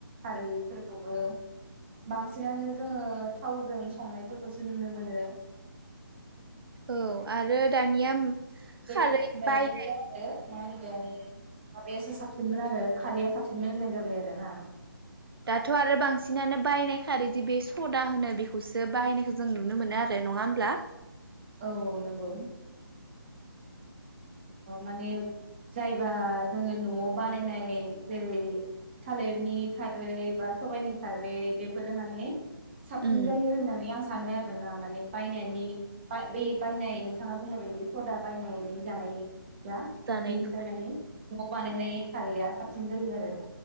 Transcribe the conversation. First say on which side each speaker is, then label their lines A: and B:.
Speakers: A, on the right; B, on the right.
A: खारैफोरखौबो बांसिनानो जोङो थावजों संनायफोरखौसो नुनो मोनो।
B: औ आरो दानिया
A: गोदोनि
B: खारै
A: बायदि
B: बाय
A: आरो मा होनगोन माबायासो साबसिनमोन आरो खारैया साबसिनमोन होननाय जाबाय आरो ना।
B: दाथ' आरो बांसिनानो बायनाय खारैदि बे सदा होनो बेखौसो बायनायखौ जों नुनो मोनो आरो नङा होमब्ला?
A: औ नंगौ। माने जायबा जोङो न'आव बानायनाय जेरै थालिरनि खारै बा सबायाइनि खारै बेफोरो माने साबसिन
B: उम
A: जायो होननानै आं सानो आरोना माने बायनानै बाय बे बायनाय नोंथाङा बुंनाय बायदि सदा बायनायनानै जानाय दा
B: जानायनि
A: बिनिफ्राय माने न'आव बानायनाय खारैया साबसिन जायो आरो।